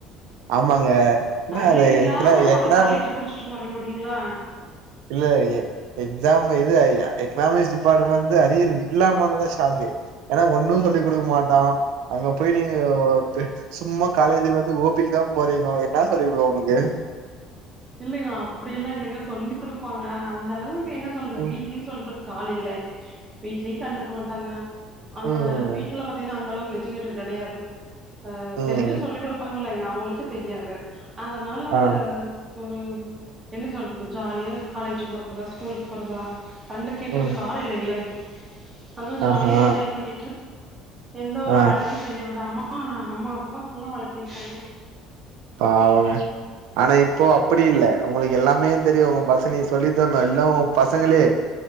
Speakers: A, on the right (about 75°); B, on the right (about 20°).
A: ஆமாங்க என்ன
B: அரியர்
A: அது
B: இல்லாம
A: எக்கனா எக்கனாமிக்
B: ஒரு காலேஜ் முடிச்சுட்டு வர முடியுங்ளா
A: இல்ல எ எக்ஸாம் எது எக்கனாமிக்ஸ் டிபார்ட்மெண்ட்ந்து அரியர் இல்லாம வந்தாதா ஷாக்கு ஏனா ஒன்னு சொல்லி குடுக்க மாட்டா அங்க போய் நீங்க சும்மா காலேஜ் வந்து ஓபிக்குதா போறீங்கோ என்னா படி ப்ரோ உனக்கு
B: இல்லைங்க அப்டிலா இல்லைங்க சொல்லி குடுப்பாங்க அந்த அளவுக்கு என்ன சொல்றது
A: ம்
B: வீட்லயு சொல்லி குடுக் ஆள் இல்ல வீட்லி கண்டுக்க மாட்டாங்க அத
A: ம்
B: வீட் வீட்ல பாத்தீங்கனா அந்த அளவு எஜுகேட்டட் கடையாது அ
A: ம்
B: தெரிஞ்சா சொல்லி குடுப்பாங்க ங்லய அவுங்களுக்கு தெரியாது அதனால
A: ஆ
B: ஒரு என்ன சொல்றது ஜாலியா காலேஜு போறதா ஸ்கூலுக் போறதா கண்டு கேக்குறதுக்கு
A: ம்
B: ஆளு இல்லைலை அது ஜாலியா
A: ஆஹா
B: என்ஜாய் பண்ணிட்டு எந்த ஒரு
A: ஆ
B: வேலையு செய்ய விடாம அம்மா அப்பா நல்லா வளத்திருப்பாங்க
A: பாவங்க ஆனா இப்போ அப்படி இல்ல உங்களுக்கு எல்லாமே தெரியு உங் பசங்ளே சொல்லி தரணு எல்லா உங்க பசங்களே